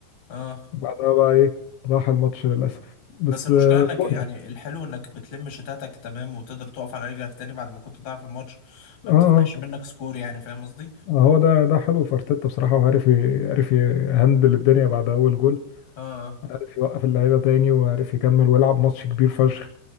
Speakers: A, on the left; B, on the left.
A: اه
B: وبعدها بقى إيه راح الماتش للأسف بس
A: بس المشكلة
B: آه،
A: انك
B: فوقنا
A: يعني الحلو انك بتلم شتاتك تمام وتقدر تقف على رجلك تاني بعد ما كنت ضايع في الماتش ما
B: آه
A: بتفتحش
B: آه طب
A: منك سكور يعني فاهم قصدي؟
B: هو ده ده حلو في أرتيتا بصراحة وعارف ي- عارف يهندل الدنيا بعد أول جول
A: اه اه
B: عارف يوقف اللعيبة تاني وعارف يكمل ويلعب ماتش كبير فشخ